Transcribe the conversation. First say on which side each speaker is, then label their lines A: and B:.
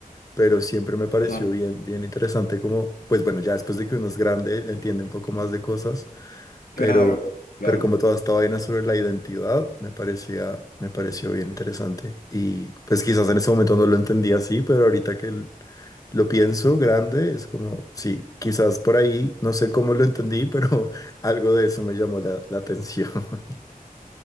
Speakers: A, on the left; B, on the left.
A: pero siempre me pareció
B: ajá,
A: bien, bien interesante como, pues bueno, ya después de que uno es grande, entiende un poco más de cosas
B: claro,
A: pero,
B: claro.
A: pero como toda esta vaina sobre la identidad, me parecía, me pareció bien interesante. Y pues quizás en ese momento no lo entendía así, pero ahorita que l- lo pienso grande, es como, sí, quizás por ahí, no sé cómo lo entendí, pero <laughs> algo de eso me llamó la, la atención. <laughs>